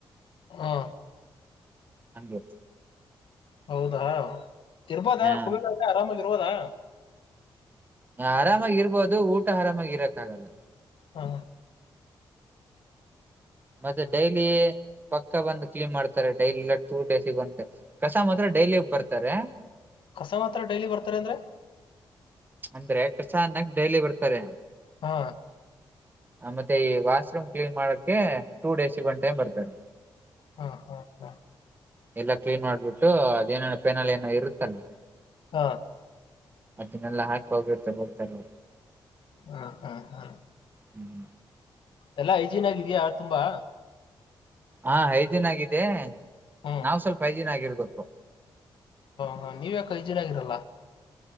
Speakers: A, on the left; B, on the right.
A: ಹಾ
B: ಹೆ
A: ಹೌದಾ ಇರ್ಬೋದಾ
B: ಹ
A: ಕುಬೇರ್ ಆಗಿ ಆರಾಮಾಗಿ ದಾ
B: ಆರಾಮಾಗಿ ಇರ್ಬೋದು ಊಟ ಆರಾಮಾಗಿ ಇರಕ್ಕ ಆಗಲ್ಲ
A: ಹಾ
B: ಮತ್ತೆ ಡೈಲಿ ಪಕ್ಕ ಬಂದು ಕ್ಲೀನ್ ಮಾಡ್ತಾರೆ ಡೈಲಿ ಟೂ ಡೇ ಸಿಗಂಟೆ ಕಸ ಮಾತ್ರ ಡೈಲಿ ಒ ಬರ್ತಾರೆ
A: ಕಸ ಮಾತ್ರ ಡೈಲಿ ಬರ್ತಾರ ಅಂದ್ರೆ
B: ಅಂದ್ರೆ ಅನ್ನಕ್ಕ ನಗ್ ಡೈಲಿ ಬರ್ತಾರೆ
A: ಹಾ
B: ಮತ್ತೆ ಈ ವಾಶ್ರೂಮ್ ಕ್ಲೀನ್ ಮಾಡಕ್ಕೆ ಟೂ ಡೇಸಿಗೆ ಒನ್ ಟೈಮ್ ಬರ್ತಾರೆ
A: ಹಾ ಹಾ ಹಾ
B: ಎಲ್ಲ ಕ್ಲೀನ್ ಮಾಡ್ಬಿಟ್ಟು ಅದೇನೇನೋ ಪೆನಲ್ ಏನೋ ಇರುತ್ತಲ್ಲ
A: ಹಾ
B: ಅದನ್ನೆಲ್ಲಾ ಹಾಕಿ ಹೋಗಿರ್ತ ಹೋಗ್ತಾರೆ
A: ಹಾ ಹಾ ಹಾ
B: ಹ್ಮ್
A: ಎಲ್ಲಾ ಐಜನ್ ಆಗಿದಯಾ ತುಂಬಾ
B: ಆ ಹೈಜಿನ್ ಆಗಿದೆ
A: ಹ್ಮ್
B: ನಾವವು ಸ್ವಲ್ಪ ಐಜಿನನ್ ಆಗಿರ್ವಿ ಇ
A: ಹ ನೀವ ಯಕ ಐ ಜನ್ ಆಗಿರಲ್ಲಾ